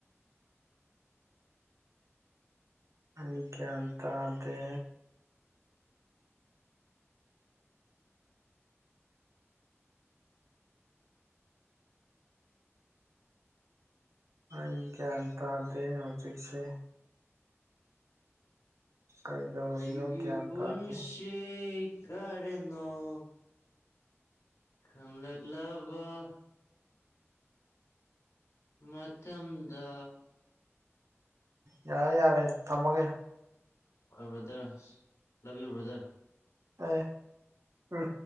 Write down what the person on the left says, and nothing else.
ꯑꯩꯒꯤ
<unintelligible> <unintelligible> ꯃꯇꯝꯗ
ꯍꯣꯏ ꯕ꯭ꯔꯗꯔ ꯂꯕꯤꯌꯨ ꯕ꯭ꯔꯗꯔ